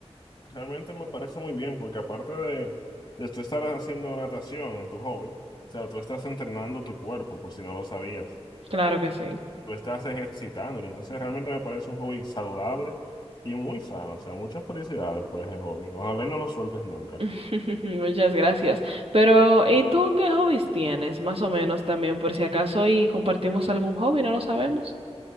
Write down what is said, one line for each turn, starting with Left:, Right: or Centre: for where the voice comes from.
Left: Realmente me parece muy bien, porque aparte de, de tú estar haciendo natación en tu hobby, o sea, tú estás entrenando tu cuerpo, por si no lo sabías.
Right: Claro que sí.
Left: Tú estás ejercitándolo, entonces realmente me parece un hobby saludable y muy sano, o sea, muchas felicidades por ese hobby. Ojalá y no lo sueltes nunca.
Right: <laughs> Muchas gracias. Pero, ¿y tú qué hobbies tienes? Más o menos también, por si acaso, y compartimos algún hobby, no lo sabemos.